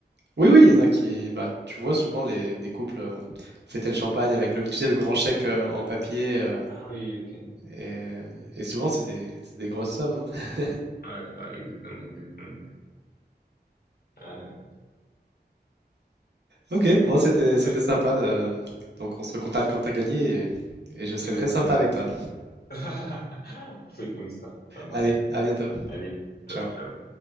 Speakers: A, on the right (about 75°); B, on the left (about 60°).
A: Oui, oui, il y en a qui, bah, tu vois souvent les, des couples euh, fêter le champagne avec le, tu sais, le grand chèque euh, en papier, euh,
B: Ah oui, ok. Ouais,
A: et, et souvent c'est des, c'est des grosses sommes. hein. <laughs>
B: ouais, exactement, exactement. Ah,
A: Ok, bon, c'était, c'était
B: ouais,
A: sympa. euh, donc on se recontacte quand t'as gagné, et, et je serai
B: exactement.
A: très sympa avec toi.
B: <laughs> On fait comme ça, ça marche.
A: Allez, à bientôt.
B: Allez, top,
A: Ciao.
B: ciao.